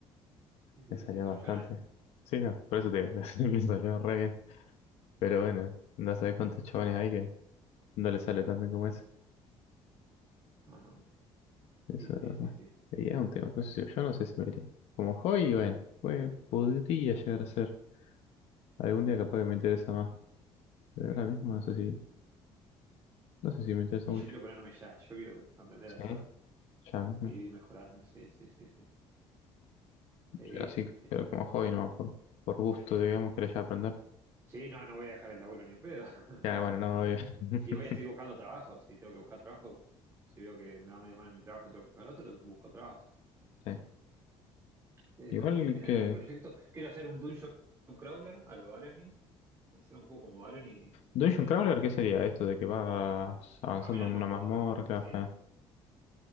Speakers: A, on the right (about 25°); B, on the left (about 70°).
A: y
B: le salió
A: se hizo
B: bastante.
A: millonario.
B: Sí, no, por eso te digo, <laughs> le salió re bien. Pero bueno, no sabés cuántos chabones hay que no le sale tan bien como ese.
A: Ajá.
B: Eso
A: Y sí,
B: es verdad.
A: sí, sí.
B: Y es un tema, pues yo yo no sé si me iría. Como hobby, bueno, pues podría llegar a ser. Algún
A: <laughs>
B: día capaz que me interesa más. Pero ahora mismo no sé si, no sé si me interesa
A: Y
B: mucho.
A: yo quiero ponerme ya, yo quiero aprender
B: Sí,
A: a hacerlo
B: ya mismo.
A: y ir mejorando. Sí, sí, sí, sí. Sí,
B: Yo Así,
A: sí.
B: pero como hobby nomás, por, por gusto, digamos, quería ya aprender.
A: Sí, no, no voy a dejar el laburo ni en pedo. <laughs>
B: Ya, bueno, no, obvio. <laughs>
A: Y voy a seguir buscando trabajo. Si tengo que buscar trabajo, si veo que me va medio mal en mi trabajo y tengo que buscar otro, busco trabajo.
B: Sí.
A: Eh,
B: Igual
A: Y tener
B: que.
A: algún proyecto. Quiero hacer un dungeon crawler a lo Barony. Hacer un juego como Barony y
B: Dungeon
A: meterle
B: Crawler,
A: contenido.
B: ¿qué sería esto de que vas avanzando
A: Caminas
B: en
A: mazmorras.
B: una mazmorra?
A: Sí,
B: Ta,